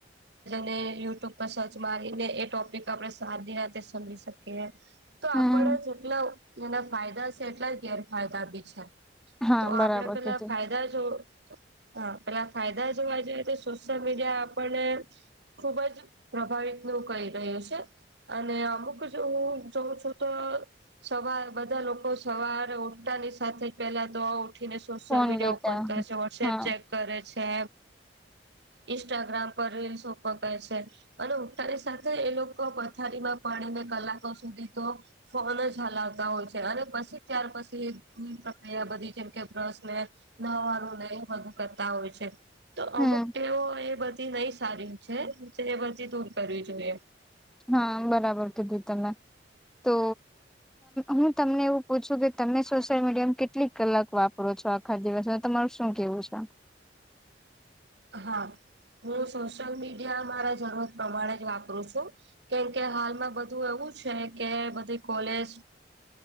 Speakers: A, on the right; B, in the centre.
A: ને યુટ્યુબ પર સર્ચ મારીને એ ટોપિક આપડણે સાારીી રાતે સમજી શકીએ. તો
B: હમ
A: આપડે જેટલા એના ફાયદા છે એટલા ગેરફાયદા બી છે.
B: હા
A: તો
B: બરાબર
A: આપડે પેલા
B: કીધું
A: ફાયદા જો. હા પેલા ફાયદા જોવા જએ તો સોશિયલ મીડિયા આપણને. ખુબ જ પ્રભાવિત નવું કહી રહ્યું છે. અને અમુક હું જોઉં છું તો. સવાર બધા લોકો સવારે ઉઠતાાની સાથે પેલા તો. ઉઠીને સોશિયલ
B: ફોન
A: મીડિયા
B: લેતા
A: ઓપન કરે છે વો્સએપ
B: હા.
A: ચે. કરે છે ઇન્સ્ટાગ્રામ પર રીલસ. પકાય છે અને ઉતાાની સાથે એ લોકો પથારીમાં પાણીને કલાકો સુધી તો ફોન જ હલાવતા હોય છે અને પછી ત્યાર પછીની પ્રક્રિયા બધી જેમ કે બ્રશને ન વાળું નહી વધું કરતા હોય છે. તો
B: હમ
A: અમુક ટેવ એ બધી નહી સારી છે એ બધી દૂર કરવી જોઈએ.
B: હા બરાબર કીધી તમે તો. હું તમને એવું પૂછું કે તમે સોશિયલ મીડિયામાં કેટલીક કલાક વાપરો છો. આખા દિવસ તમાર શું કેવું છે
A: હા હું સોશિયલ મીડિયા મારા જરૂરત પ્રમાણે જ વાપરું છું કેમ કે હાલમાં બધું એવું છે કે બધી કોલેજ